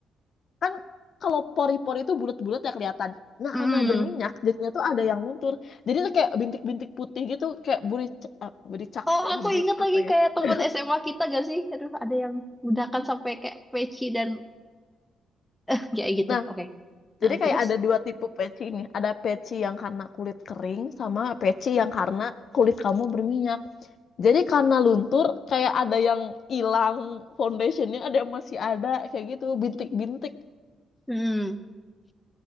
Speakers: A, on the left; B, in the centre.
A: kan kalau pori-pori itu bulat-bulat ya kelihatan nah
B: Mm-mm.
A: karena berminyak jadinya tuh ada yang luntur jadi tuh kayak bintik-bintik putih gitu kayak buricak buricak
B: Oh, aku
A: eh,
B: ingat lagi
A: apa ya
B: kayak teman
A: <laughs>
B: SMA kita gak sih? Aduh, ada yang udakan sampai kayak peci dan <laughs> kayak gitu.
A: nah
B: Oke. Nah,
A: jadi kayak
B: terus?
A: ada dua tipe peci ini ada peci yang karena kulit kering sama peci yang karena kulit kamu berminyak jadi karena luntur kayak ada yang hilang foundationnya ada yang masih ada kayak gitu bintik-bintik
B: Hmm.